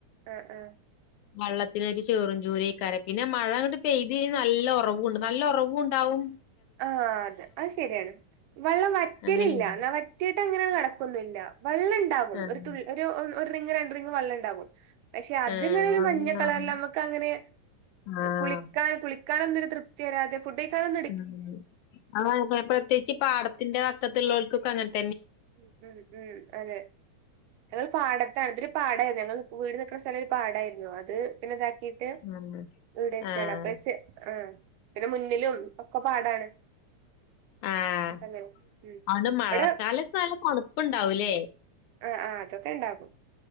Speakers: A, on the right; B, on the left.
A: ആഹ് ആഹ്
B: വെള്ളതിനൊരു ചേറും ചൂരൈകാരം പിന്നെ മഴങ്ങട്ട് പെയ്ത് കഴിഞ്ഞാ നല്ല ഒറവ് നല്ലൊറവുണ്ടാവും
A: ആഅതെ അത് ശരിയാണ് വെള്ളം വറ്റലില്ല
B: അങ്ങനെയാണ്
A: നാ വറ്റീട്ടങ്ങനെ കെട കൊന്നുല്യ വെള്ളണ്ടാവും
B: ആഹ്
A: ഒരു തുള്ളി ഒ- ഒര് റിംഗ് രണ്ട് റിംഗ് വെള്ളണ്ടാവും. പശെ അതിങ്ങനൊരു
B: ആഹ്
A: മഞ്ഞകളറില്
B: ആഹ്
A: ഞമ്മക്കങ്ങനെ
B: ആഹ്
A: കുളിക്കാന് കുളിക്കാനൊന്നൊര് തൃപ്തിവരാതെ ഫുഡ് കഴിക്കാനൊന്ന്
B: ഇം ആഹ് പ്രത്യേകിച്ച് ഈ പാടത്തിന്റെ വക്കത്തിള്ളോല <unintelligible>
A: ഉ ഉ ഉം അതെ പാടത്താണ് ഇതൊരു പാടായിരുന്നു ഞങ്ങളെ വീട് നിക്കണ സ്ഥലൊരു പാടായിരുന്നു. അത് പിന്നെ ഇതാ ക്കീട്ട്
B: ആഹ്
A: വീട് വെച്ചതാണ്
B: ആഹ്
A: അപ്പ ഒര് ചെ ആഹ്. പിന്നെ മുന്നിലും ഒക്കെ പാടാണ്
B: ആഹ്
A: അപ്പ അങ്ങനെ ഉം
B: അതോണ്ട് മഴക്കാലത്ത്
A: ഇവിടെ
B: നല്ല തണുപ്പിണ്ടാവൂലേ.
A: ആഹ് ആഹ് അതൊക്കെ ഇണ്ടാക്കും